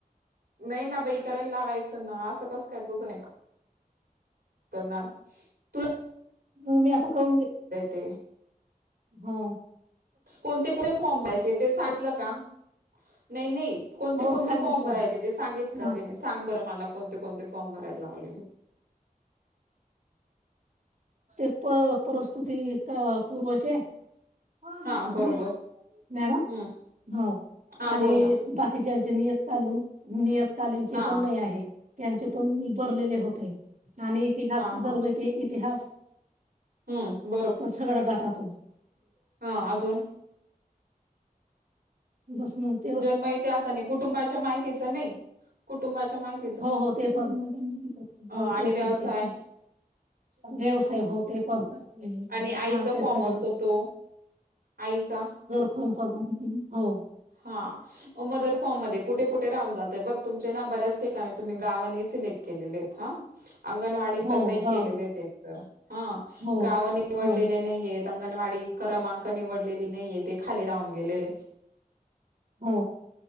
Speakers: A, on the right; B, on the right.
A: नाही ना बाई, करायला लावायचं ना, असं कस काय, तुझं नाही क करणार,, तु
B: म मी आता करून,,
A: ते
B: हा
A: कोणते कोणते फॉर्म भरायचे,, ते सांगितलं का नाही नाही, कोणते,
B: हो
A: कोणते,
B: सांगितलं
A: फॉर्म भरायचे ते सांगितलं का
B: ह
A: त्याने सांग बरं मला, कोणते कोणते फॉर्म भरायला लावले.
B: ते प, परस्तुती,, पूर्व हमम,
A: हा बरोबर
B: मॅडम,,
A: हम्म
B: हो,,
A: हा
B: आणि,
A: बोल ना
B: बाकी कि जचे नियतकालीन, नियतकालीनचे
A: हा
B: पण नाही आहे. त्यांचे पण मी बरलेले होते,, आणि इतिहास
A: हा
B: जनमती,
A: हा
B: इतिहास
A: हम्म
B: सगळं गाटा तो
A: हां, अजून
B: दसमऽ <unintelligible>
A: जन्म यथे असा नाही,, कुटुंबाच्या माहितीच नाही, कुटुंबाच्या माहिती
B: हो हो ते पण,
A: आणि
B: हो ते
A: व्यवसाय
B: पण ते पण व्यवसाय हो ते पण
A: आणि आईचा
B: हा ते
A: फॉर्म
B: सगडंच
A: असतो तो आईचा
B: हंम फनातली हो.
A: हां अं, मदर फॉर्म मध्ये, कुठे कुठे राहून जातय बघ, तुमचे ना बऱ्याच ठिकाणी,, तुम्ही ना गावं नै सिलेक्ट केलेले आहेत. हा,, अंगणवाडी
B: हो
A: पण नाही
B: गाव
A: केलेले ते तर,, हां
B: हो
A: गावाने निवडलेले
B: हो
A: नाहीयेत. अंगणवाडी क्रमांक निवडलेली नाहीये,, ते खाली राहून गेले.
B: हो,